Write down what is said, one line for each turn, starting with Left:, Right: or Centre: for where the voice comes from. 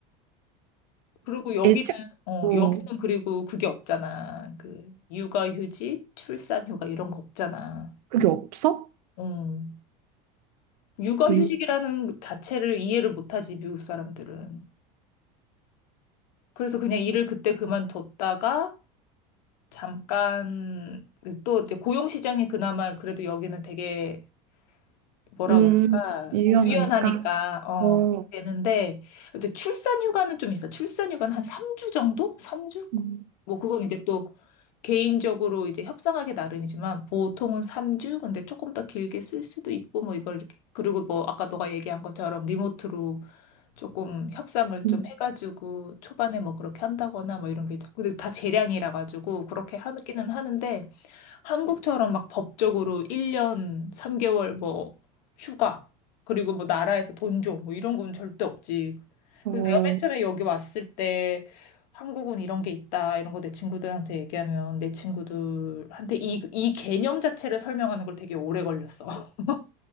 Left: 그리고 여기는,
Right: 예측,
Left: 어,
Right: 어,
Left: 여기는 그리고 그게 없잖아. 그, 육아휴직, 출산휴가 이런 거 없잖아.
Right: 그게 없어?
Left: 어. 육아휴직이라는
Right: 웬일,
Left: 자체를 이해를 못하지, 미국 사람들은. 그래서 그냥 일을 그때 그만뒀다가 잠깐 그또 이제 고용시장이 그나마 그래도 여기는 되게 뭐라
Right: 음,
Left: 그럴까
Right: 유연하니까.
Left: 유연하니까 어
Right: 어,
Left: 그렇게 되는데 이제 출산휴가는 좀 있어. 출산휴가는 한 3주 정도? 3주?
Right: 음,
Left: 뭐 그건 이제 또 개인적으로 이제 협상하기 나름이지만 보통은 3주 근데 조금 더 길게 쓸 수도 있고 뭐 이걸 이렇게 그리고 뭐 아까 너가 얘기한 것처럼 리모트로 조금 협상을 좀
Right: 음.
Left: 해가지고 초반에 뭐 그렇게 한다거나 뭐 이런 게 있죠. 근데 다 재량이라 가지고 그렇게 하기는 하는데 한국처럼 막 법적으로 1년 3개월 뭐 휴가 그리고 뭐 나라에서 돈 줘 뭐 이런 건 절대 없지.
Right: 어,
Left: 그래서 내가 맨 처음에 여기 왔을 때 한국은 이런 게 있다 이런 거 내 친구들한테 얘기하면 내 친구들한테 이, 이 개념 자체를 설명하는 걸 되게 오래 걸렸어. <laughs>